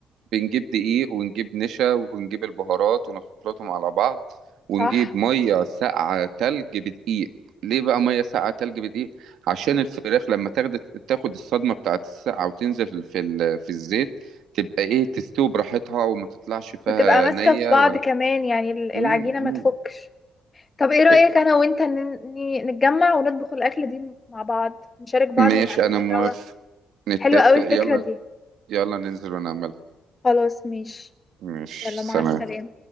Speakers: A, on the right; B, on the left.
A: بنجيب دقيق ونجيب نشا ونجيب البهارات ونخلطهم على بعض ونجيب
B: صح
A: ميه ساقعه تلج بدقيق ليه بقى ميه ساقعه تلج بدقيق عشان الفراخ لما تاخد تاخد الصدمه بتاعت الساقعه وتنزل في ال- في الزيت تبقى ايه تستوي براحتها وما تطلعش فيها
B: وتبقى ماسكة
A: نيه
B: في بعض
A: ولا
B: كمان يعني ال- العجينة
A: مم، مم.
B: ما تفكش طب ايه رأيك
A: إيه،
B: انا وانت ن- ن- نتجمع ونطبخ الأكلة دي مع بعض نشارك بعض
A: ماشي
B: ونعملها
A: انا موافق
B: سوا
A: نتفق
B: حلوة قوي الفكرة
A: يلا
B: دي
A: يلا ننزل ونعملها
B: خلاص ماشي
A: مش
B: يلا
A: سلام
B: مع السلامة